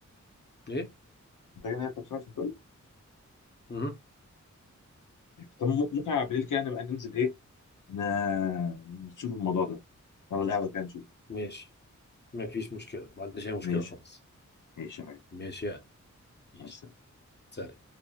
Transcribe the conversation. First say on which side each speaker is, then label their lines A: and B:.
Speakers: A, on the left; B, on the left.
A: إيه؟
B: فاكر إن هي فاكر سنتوري
A: مهم.
B: طب ممكن ممكن على بالليل كده نبقى ننزل إيه ن- نشوف الموضوع ده أو القهوة كده نشوف
A: ماشي مفيش مشكلة ما عنديش أي مشكلة
B: ماشي
A: خالص
B: ماشي يا حبيبي
A: ماشي يعني ماشي
B: مع السلامة.
A: سهل